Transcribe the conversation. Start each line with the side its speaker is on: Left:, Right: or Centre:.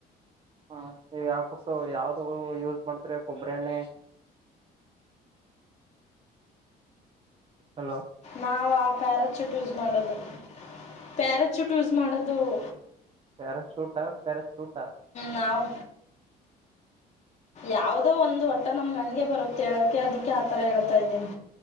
Right: ಹ್ಮ ನೀವು ಯಾವ್ ಕುಸವ್ ಯಾವ್ದೂ ಯೂಸ್ ಮಾಡ್ತಿರಾ ಕೊಬ್ಬರ್ ಎಣ್ಣೆ. ಹಲೋ
Left: ನಾವಾ ಪ್ಯಾರ ಚೂಟ್ ಯೂಸ್ ಮಾಡೋದು ಪ್ಯಾರ ಚೂಟ್ ಯೂಸ್ ಮಾಡೋದು. <inaudible>
Right: ಪ್ಯಾರಾಶೂಟಾ ಪ್ಯರಾಚೂಟಾ?
Left: ನಾವು ಯಾವದೋ ಒಂದು ಒಟ್ಟಲ್ ನಮ್ಗೆ ಹಂಗೆ ಬರುತ್ತ್ ಹೇಳಕೆ ಅದಕ್ಕೆ ಆತರ ಹೇಳ್ತಾ ಇದೀನಿ.